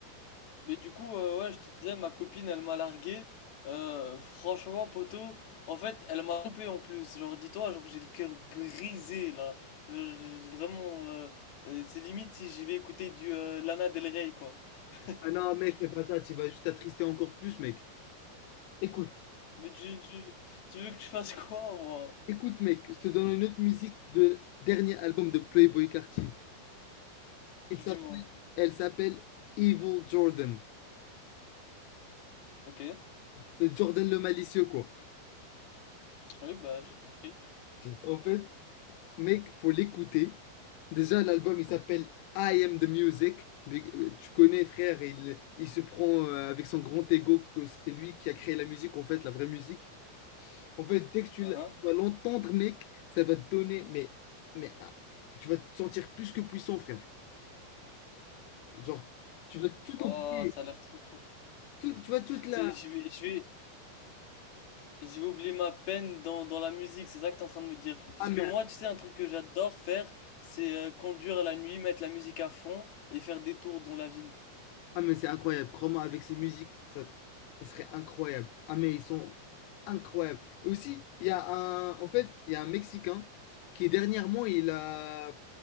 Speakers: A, on the left; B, on the left.
A: Mais du coup, euh, ouais, je te disais, ma copine, elle m'a largué. Euh, franchement, poto, en fait, elle m'a trompé en plus. Genre, dis-toi, genre, j'ai le cœur brisé, là. Genre, j'ai vraiment, euh, euh, c'est limite si j'y vais écouter du euh, Lana Del Rey, quoi. <laughs>
B: Ah non, mec, fais pas ça, tu vas juste t'attrister encore plus, mec. Écoute,
A: Mais tu, tu, tu veux que je fasse quoi, moi?
B: écoute, mec, je te donne une autre musique de dernier album de Playboy Carti. Il
A: Dis-moi.
B: s'appelle, elle s'appelle Evil Jordan.
A: Ok.
B: C'est Jordan le malicieux, quoi.
A: Oui, bah, j'ai compris.
B: En fait, mec, faut l'écouter. Déjà, l'album, il s'appelle I Am The Music. Mais, euh, Tu connais, frère, il, il se prend euh, avec son grand ego que c'est lui qui a créé la musique, en fait, la vraie musique. En fait, dès que tu
A: Uhum.
B: l- tu vas l'entendre, mec, ça va te donner, mais, mais ah, tu vas te sentir plus que puissant, frère. Genre, tu vas tout
A: Oh,
B: oublier,
A: ça a l'air trop cool.
B: tout, tu vois, toute
A: Tu
B: la...
A: sais, je vais, je vais, J'ai oublié ma peine dans, dans la musique, c'est ça que t'es en train de me dire. Parce
B: Ah mais,
A: que moi, tu sais, un truc que j'adore faire, c'est euh, conduire à la nuit, mettre la musique à fond et faire des tours dans la ville.
B: ah, mais c'est incroyable, crois-moi, avec ces musiques, ça, ça serait incroyable. Ah mais ils sont incroyables. Et aussi, il y a un, en fait, il y a un Mexicain qui dernièrement, il a